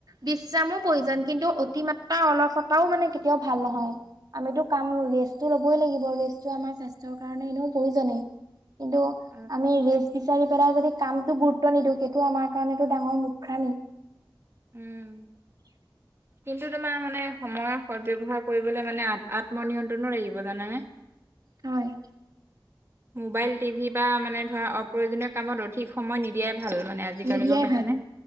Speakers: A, on the right (about 55°); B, on the right (about 30°).
A: বিশ্ৰামো প্ৰয়োজন কিন্তু অতিমা ত্ৰা অলপটাও মানে কেতিয়াও ভাল নহয়। আমিটো কাম ৰেষ্টটো লবই লাগিব ৰেষ্টটো আমাৰ স্বাস্থ্যৰ কাৰণে এনেও প্ৰয়োজনেই। কিন্তু
B: আৰু
A: আমি ৰেষ্ট বিচাৰি পেলাই যদি কামতো গুৰুত্ব নিদিও সেইটো আমাৰ কাৰণেটো ডাঙৰ মূৰ্খামি।
B: উম।
A: <inaudible>
B: কিন্তু তোমাৰ মানে সময়ৰ সদ ব্যৱহাৰ কৰিবলৈ মানে আত্মনিয়ন্ত্ৰণো লাগিব জানানে?
A: হয়।
B: মোবাইল টিভি বা মানে ধৰা অপ্ৰয়োজনীয় কামত অধিক সময় নিদিয়াই ভাল মানে আ জিকালি
A: নিদিয়াই
B: গম পাইছানে?
A: ভাল